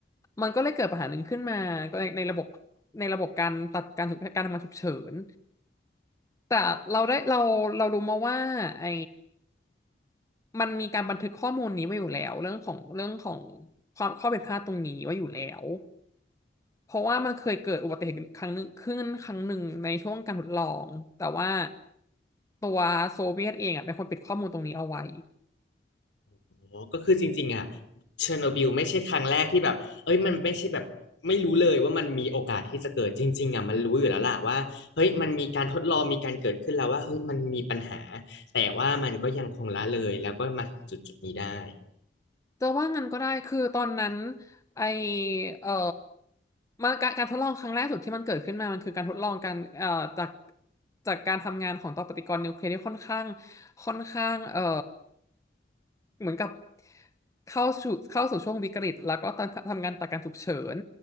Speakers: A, on the left (about 20°); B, on the left (about 80°).
A: มันก็เลยเกิดปัญหาหนึ่งขึ้นมาในในระบบในระบบการตัดการฉุกการทำงานฉุกเฉินแต่เราได้เราเรารู้มาว่าไอมันมีการบันทึกข้อมูลนี้ไว้อยู่แล้วเรื่องของเรื่องของความข้อผิดพลาดตรงนี้ไว้อยู่แล้ว เพราะว่ามันเคยเกิดอุบัติเหตุครั้งหนึงขึ้นครั้งหนึ่งในช่วงการทดลอง แต่ว่าตัวโซเวียตเองอ่ะเป็นคนปิดข้อมูลตรงนี้เอาไว้
B: โอ้ก็คือจริงๆอ่ะเชอร์โนบิลไม่ใช่ครั้งแรกที่แบบเอ้ยมันไม่ใช่แบบไม่รู้เลยว่ามันมีโอกาสที่จะเกิดจริงๆอ่ะมันรู้อยู่แล้วล่ะว่าเฮ้ยมันมีการทดลองมีการเกิดขึ้นแล้วว่าเฮ้ยมันมีปัญหาแต่ว่ามันก็ยังคงละเลยแล้วก็มาถึงจุดๆนี้ได้
A: จะว่างั้นก็ได้คือตอนนั้นไอเอ่อมันการการทดลองครั้งแรกสุดที่มันเกิดขึ้นมามันคือการทดลองการเอ่อจากจากการทำงานของต่อปฏิกรณ์นิวเคลียร์ที่ค่อนข้างค่อนข้างเอ่อเหมือนกับเข้าสู่เข้าสู่ช่วงวิกฤตแล้วก็ทำทำงานตัดการฉุกเฉิน